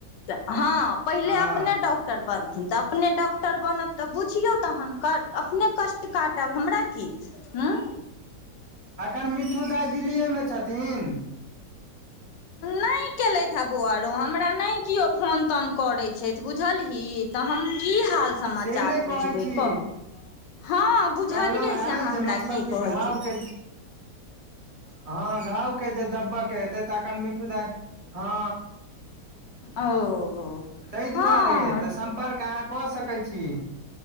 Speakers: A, on the left; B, on the right.
A: त हँ पहिले
B: हँ
A: अपने डॉक्टर बनथिन तऽ अपने डॉक्टर बनब तऽ बुझियौ तहन अपने कष्ट काटब हमरा की हँ
B: अखन मिट्ठू दाइ दिल्लीए मे छथिन
A: नहि केलथि हे बौआरो हमरा नहि केओ फोन तोन करै छैथ बुझलही तऽ हम की हाल समाचार
B: से नहि
A: बुझबै
B: कहै छी
A: क हँ बुझलियै
B: कहलहुं हें
A: से अहाँ
B: जे
A: हमरा
B: मतलब
A: की
B: कि
A: कहैत
B: घाव
A: छै
B: के हँ घाव के जे दब्बके हेतै तऽ एखन मिठू दाय हँ
A: ओहो
B: तहि
A: हँ
B: दुआरे तऽ सम्पर्क अहाँ कऽ सकै छी